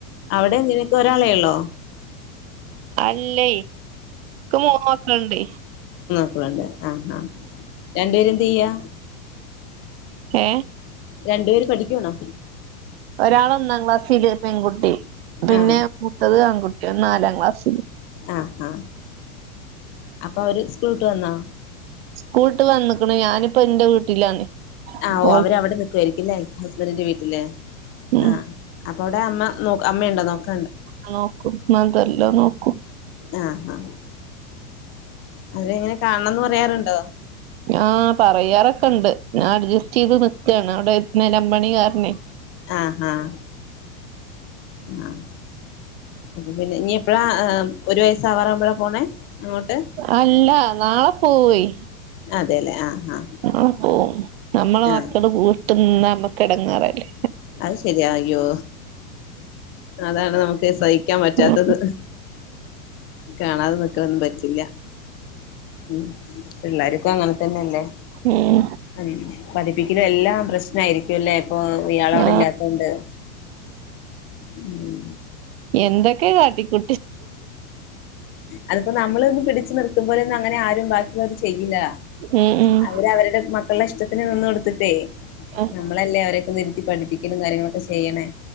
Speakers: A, on the left; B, on the right.
A: അവിടെ നിനക്ക് ആളെയള്ളോ
B: അല്ലേക്ക മോക്കണ്ട്
A: ണ്ട് ആ് ആ രണ്ടു പേര് എന്ത് ചെയ്യാ
B: ഏ
A: രണ്ടു പേര് പഠിക്കണോ
B: ഒരാൾ ഒന്നാം ക്ലാസ് പെൺകുട്ടി പിന്നെ
A: ആഹ്
B: മുത്തത് ആൺകുട്ടി നാലാം അശ
A: ആഹ് ആ അപ്പ അവര് സ്കൂള ഇട്ട് വന്നോ
B: സ്കൂളിട്ട് വന്നക്കണ ഞാനിപ്പ എന്റെ വീട്ടിലാണ്
A: ആ ഓ
B: ഓൻ
A: അവരവിടെ നിക്കുായിരിക്കല്ലേ. ഹസ്ബൻഡിന്റെ വീട്ടില്
B: ഉം
A: ആ അപ്പോവിടെ അമ്മ നോ അമ്മയുണ്ടോെ നോക്കാൻ.
B: ആ നോക്കും അതെല്ലാം നോക്കും.
A: ആഹ ഹ അവരെങ്ങനെ കാണണംന്ന് പറയാറുണ്ടോ?
B: ആ പറയാറൊക്കെ ഉണ്ട് ഞാൻ അഡ്ജസ്റ്റ് ചെയ്ത് നിക്കയാണ്. അവിടെ നിലമ്പണിക്കാരനെ
A: ആഹ ഹഹ് ആഹ അപ്പൊ പിന്നെ നീ എപ്പഴാ? ഒരു വയസ്സാവാറാവുമ്പോഴാ പോണേ. അങ്ങോട്ട്
B: അല്ല നാളെ പോയി
A: അതെല്ലേ ആഹ് ആഹ്
B: അപ്പോ നമ്മളെ മക്കള്
A: ആഹ്
B: കൂട്ട്ന്ന നമ്മക്ക് ഇടങ്ങാറല്ലേ.
A: അത് ശരിയാ അയ്യോ അതാണ് നമുക്ക് സൈ ഹിക്കാൻ പറ്റാത്തത്.
B: ഉം
A: കാണാതെ നിക്കണൊന്നും പറ്റില്ല. ഉ പിള്ളാര് അങ്ങനെ തന്നെല്ലേ
B: ഉം
A: ഉം പഠിപ്പി ഇത് എല്ലാം പ്രശ്നം ആരിക്കും. അല്ലേ? ഇപ്പൊ അല്ലാത്തൊണ്ട്.
B: ആഹ്
A: ഉം
B: എന്തൊക്കെയ കാട്ടികു
A: അതിപ്പോ നമ്മളെ ഒന്ന് പിടിച്ചു നിർത്തുമ്പോലെ അങ്ങനെ ആരും ബാക്കി അവര് ചെയില്ല
B: ഉം ഉം
A: അവര് അവരുടെ മക്കളുടെ ഇഷ്ടത്തിന് നിന്ന്കൊടു ത്തേ
B: ആഹ്
A: നമ്മളല്ലേ അവരൊക്കെ ഇരുത്തി പഠിപ്പിക്കലും കാര്യങ്ങളൊക്കെ ചെയ്യണേ.